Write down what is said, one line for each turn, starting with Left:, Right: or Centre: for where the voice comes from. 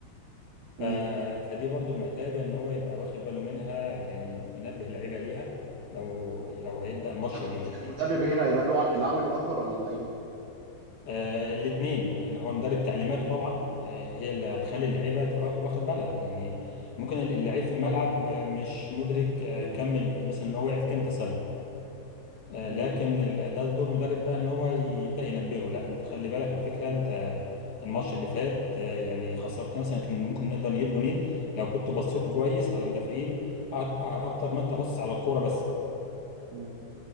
Left: ف...
Right: مم.
Left: فدي برضو محتاجة ان هو يبقى واخد باله منها يعني ينبه اللعيبة ليها لو لو هيبدأ الماتش
Right: طب
Left: اللي
Right: المد-
Left: جاي
Right: المدرب هنا هيبقى له ع- العامل الاكبر ولا اللعيبه؟
Left: آه الاثنين يعني هو مدرب تعليماته طبعا
Right: مم،
Left: آه هي اللي هتخلي
Right: مم،
Left: اللعيبة تبقى واخ- واخد بالها يعني ممكن الل- اللعيب
Right: مم،
Left: في الملعب آه، مش مدرك آه
Right: مم،
Left: كم ال- مثلا ان هو وقع في كام تسلل آه،
Right: مم،
Left: لكن ال- ده دور مدرب بقى ان هو يبدا ينبهه لا انت خلي بالك على فكره
Right: مم،
Left: انت الماتش اللي فات آه، يعني خسرت مثلا كان ممكن نقدر نجيب جونين لو كنت بصيت
Right: مم،
Left: كويس على المدافعين أ- أ- اكتر ما انت بص على الكوره بس
Right: مم.